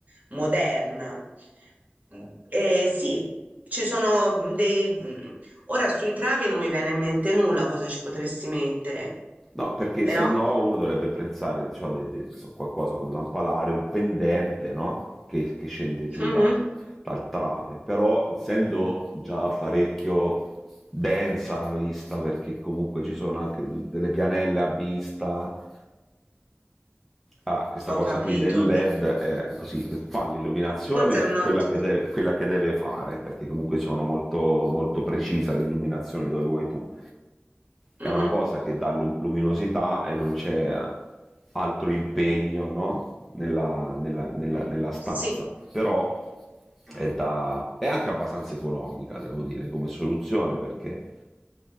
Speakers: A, on the right; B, in the centre.
A: moderna. Mm, E sì, ci sono mm, dei... mm, Ora sui travi non mi viene in mente nulla cosa ci potresti mettere,
B: No, perché
A: però
B: se no uno dovrebbe pensare diciamo, di, di- so qualcosa, un lampadario, un pendente, no? Che, che scende giù
A: mhm,
B: da- dal trave, però essendo già parecchio densa la vista, perché comunque ci sono anche tutte le pianelle a vista, a questa
A: ho
B: cosa
A: capito.
B: qui del LED, eh, così fa l'illuminazione
A: Forse è un ottimo...
B: quella che, deve, quella che deve fare, perché comunque sono molto, molto precisa l'illuminazione dove vuoi tu.
A: mhm,
B: È una cosa che dà lu- luminosità e non c'è altro impegno no? nella, nella- nella- nella stanza,
A: Sì,
B: però è, da- è anche abbastanza economica, devo dire, come soluzione perché